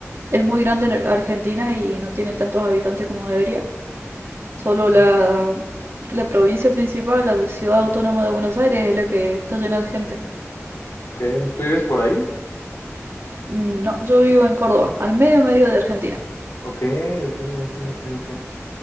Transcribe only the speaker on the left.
Ok.
Ok. ¿Tú vives por ahí?
Ok, ok, ok, ok, ok.